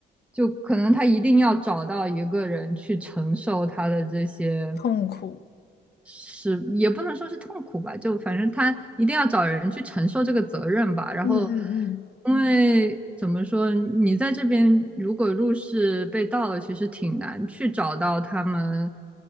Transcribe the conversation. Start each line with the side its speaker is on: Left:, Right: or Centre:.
Centre: 就可能他一定要找到一个人去承受他的这些
Left: 痛苦。
Centre: 是也不能说是痛苦吧，就反正他一定要找人去承受这个责任吧。然后，
Left: 嗯嗯嗯，
Centre: 因为怎么说，你在这边如果入室被盗了，其实挺难去找到他们，